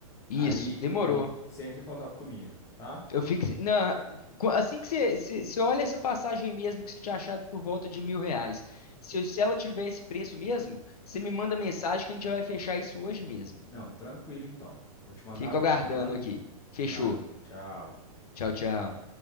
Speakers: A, on the left (about 85°); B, on the left (about 15°).
A: Isso,
B: Aí,
A: demorou.
B: aí, você entra em contato comigo, tá?
A: Eu fico. Na, qu- assim que você, você você olha essa passagem aí mesmo que você tinha achado por volta de mil reais. Se, se ela tiver esse preço mesmo, você me manda mensagem que a gente já vai fechar isso hoje mesmo.
B: Não, tranquilo então. Vou te mandar
A: Fico
B: agora,
A: aguardando
B: tá?
A: aqui. Fechou.
B: Tá. Tchau.
A: Tchau, tchau.